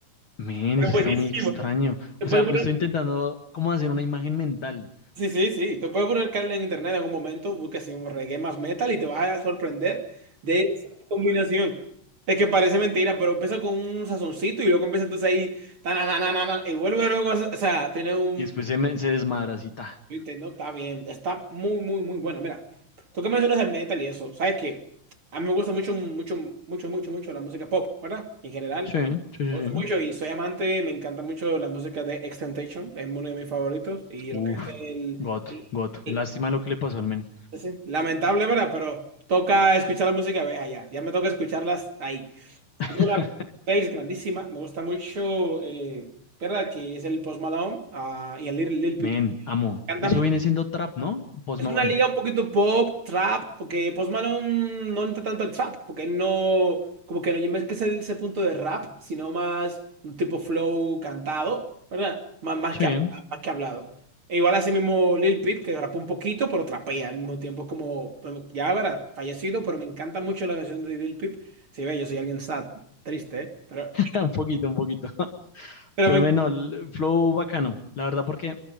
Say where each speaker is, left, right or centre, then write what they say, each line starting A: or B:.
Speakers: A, on the left; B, on the right.
A: men,
B: pero
A: eso
B: buenísima.
A: está muy extraño.
B: Te
A: O
B: puedes
A: sea, me
B: poner-
A: estoy intentando como hacer una imagen mental
B: sí, sí, sí, te puedes poner Carla en internet en algún momento, buscas así un reggae más metal y te vas a sorprender de esa combinación. Es que parece mentira, pero empieza con un sazoncito y luego empieza entonces ahí, tananana, y vuelve a cosa, o sea, tiene un
A: y después se, me, se desmadra así, ta.
B: Fíjate, no está bien, está muy, muy, muy bueno. Mira, tú que mencionas el metal y eso, sabes que a mí me gusta mucho, mucho, mucho, mucho, mucho la música pop, ¿verdad? En general,
A: Sí, sí, sí,
B: me gusta
A: sí.
B: mucho y soy amante, me encanta mucho la música de Extentation, es uno de mis favoritos y
A: Uf,
B: lo que es el,
A: God,
B: el-
A: God.
B: el-
A: Lástima lo que le pasó al men.
B: sí, sí, lamentable, ¿verdad? Pero toca escuchar la música, ve allá, ya me toca escucharlas ahí.
A: <laughs>
B: Yo Tengo una playlist grandísima, me gusta mucho, eh, ¿verdad? Que es el Post Malone ah, y el Lil, Lil Peep.
A: Men,
B: Me
A: amo.
B: encantan
A: Eso viene siendo trap, ¿no? Post
B: es
A: Malone.
B: una liga un poquito pop, trap, porque Post Malone no entra tanto al trap, porque él no, como que no es que es ese punto de rap, sino más un tipo flow cantado, ¿verdad? Más, más
A: Sí,
B: que, hab-
A: <laughs>
B: más que hablado. E igual así mismo Lil Peep, que rapa un poquito, pero trapea al mismo tiempo, como, bueno, ya verdad, fallecido, pero me encanta mucho la canción de Lil Peep. Sí, ve, yo soy alguien sad, triste, ¿eh? Pero,
A: un poquito, un poquito. <laughs>
B: pero
A: Pero
B: me,
A: bueno, el flow bacano. La verdad, porque